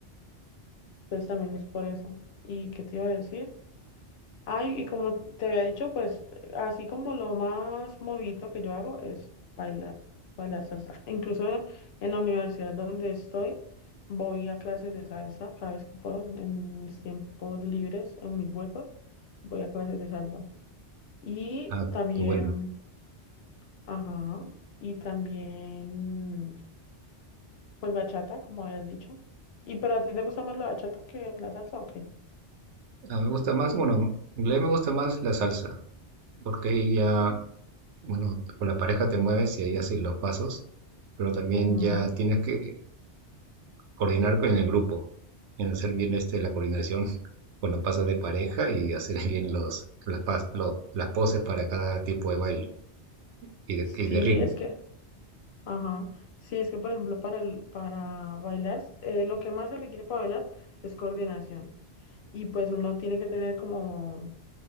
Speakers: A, on the left; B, on the right.
A: Entonces también es por eso. ¿Y qué te iba a decir? Ay, y como te había dicho, pues así como lo más movido que yo hago es bailar, bailar salsa. Incluso en la universidad donde estoy, voy a clases de salsa cada vez que puedo, en mis tiempos libres, en mis huecos, voy a clases de salsa. Y
B: Ah,
A: también,
B: qué bueno.
A: ajá, y también, pues bachata, como habías dicho. ¿Y pero a ti te gusta más la bachata que la salsa o qué?
B: A mí me gusta más, bueno, en realidad me gusta más la salsa, porque ahí ya Bueno, con la pareja te mueves y ahí haces los pasos, pero también
A: Ujú.
B: ya tienes que coordinar con el grupo, en hacer bien este, la coordinación <laughs> cuando pasas de pareja y hacer <laughs> bien los, las, pas- los- las poses para cada tipo de baile y de, y
A: Sí,
B: de ritmo.
A: es que... Ajá. Sí, es que por ejemplo para el- para bailar, eh, lo que más se requiere para bailar es coordinación. Y pues uno tiene que tener como